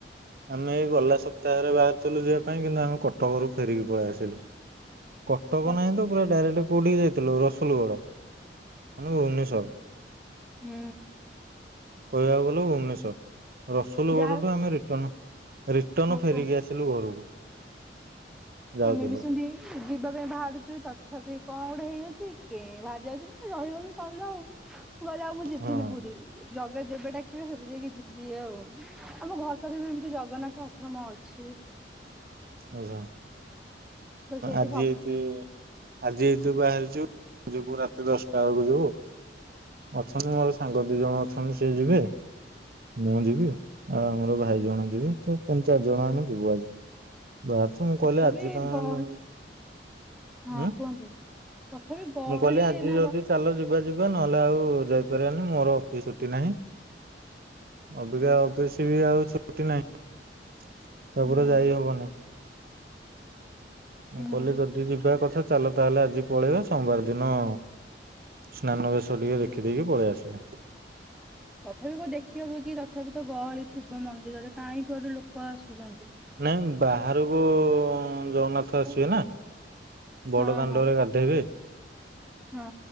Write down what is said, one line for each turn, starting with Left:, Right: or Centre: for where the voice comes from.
Right: ଆମେ ଏଇ ଗଲା ସପ୍ତାହରେ ବାହାରିଥିଲୁ ଯିବା ପାଇଁ କିନ୍ତୁ ଆମେ କଟକରୁ ଫେରିକି ପଳେଇ ଆସିଲୁ। କଟକ
Centre: ଅଛି
Right: ନାହିଁ ତ ପୁରା ଡାଇରେକ୍ଟ କୋଉଠିକି ଯାଇଥିଲୁ ରସୁଲଗଡ ମାନେ ଭୁବନେଶ୍ଵର।
Centre: ହୁଁ।
Right: କହିବାକୁ ଗଲେ ଭୁବନେଶ୍ଵର ରସୁଲୁଗଡଠୁ
Centre: ଯାହା
Right: ଆମେ ରିଟର୍ଣ ରିଟର୍ଣ
Centre: ହଁ
Right: ଫେରିକି
Centre: କୁହ।
Right: ଆସିଲୁ ଘରକୁ ଯାଉଥିଲୁ।
Centre: ଆମେ ବି ସେମିତି ଯିବା ପାଇଁ ବାହାରୁଛୁ ତଥାପି କଣ ଗୋଟେ ହେଇଯାଇଛି କେଁ ବାହାରି ଯାଉଛି ନା ରହିଗଲୁ ସରିଲୁ ଆଉ। ମୁଁ କହିଲି ଆଉ ମୁଁ ଯିବିନି
Right: ହଁ।
Centre: ପୁରୀ ଜଗା ଯେବେ ଡାକିବେ ସେବେ ଯାଇକି ଯିବି ଆଉ। ଆମ ଘର ପାଖରେ ବି ଏମିତି ଜଗନ୍ନାଥ ଆଶ୍ରମ ଅଛି।
Right: ଆଛା
Centre: ତ ସେଇଠି
Right: ଆଜି
Centre: ସବୁ
Right: ଏଇତି ଆଜି ଏଦୁ ବାହାରିଛୁ ଯିବୁ ରାତି ଦଶଟା ବେଳକୁ ଯିବୁ। ଅଛନ୍ତି ମୋର ସାଙ୍ଗ ଦି ଜଣ ଅଛନ୍ତି ସିଏ ଯିବେ। ମୁଁ ଯିବି ଆଉ ଆମର ଭାଇ ଜଣେ ଯିବି ତ ତିନି ଚାରି ଜଣ ଆମେ ଯିବୁ ଆଜି। ବାହାରୁଛୁ ମୁଁ
Centre: ତଥାପି
Right: କହିଲି ଆଜି ତମେ
Centre: ଗହଳି ହଁ
Right: ଉଁ
Centre: କୁହନ୍ତୁ ତଥାପି ଗହଳି
Right: ମୁଁ କହିଲି ଆଜି
Centre: ଏନା
Right: ଯଦି ଚାଲ ଯିବା ଯିବା ନହେଲେ ଆଉ ଯାଇପାରିବାନି ମୋର ଅଫିସ ଟି ନାହିଁ। ଅବିକା ଅଫିସ ବି ଆଉ ଛୁଟି ନାହିଁ ତାପରେ
Centre: ହୁଁ
Right: ଯାଇ ହବନି।
Centre: ହୁଁ।
Right: ମୁଁ କହିଲି ଯଦି ଯିବା କଥା ଚାଲ ତାହେଲେ ଆଜି ପଳେଇବା ସୋମବାର ଦିନ ସ୍ନାନ ବେଶ ଟିକେ ଦେଖିଦେଇକି ପଳେଇ ଆସିବା।
Centre: ତଥାପି କୋଉ ଦେଖି ହବ କି ରଥ ତଥାପି ତ ଗହଳି ଥିବ ମନ୍ଦିରରେ କାହିଁ କୋଉଆଡୁ ରୁ ଲୋକ ଆସୁଛନ୍ତି।
Right: ନାଇଁ ବାହାରକୁ ଜଗନ୍ନାଥ
Centre: ହଁ
Right: ଆସିବେ ନା ବଡ
Centre: ହଁ
Right: ଦାଣ୍ଡରେ ଗାଧ ହେବେ।
Centre: ହଁ